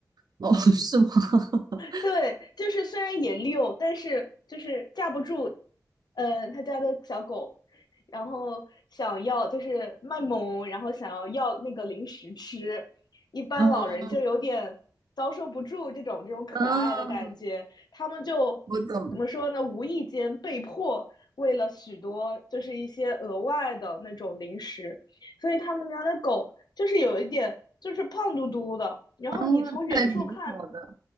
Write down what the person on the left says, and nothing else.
对，就是虽然也溜，但是就是架不住，呃，他家的小狗，然后想要就是卖萌，然后想要要那个零食吃，一般老人就有点遭受不住这种这种可爱的感觉，
他们就怎么说呢？
无意间被迫为了许多就是一些额外的那种零食，所以他们家的狗就是有一点就是胖嘟嘟的，然后你从远处看。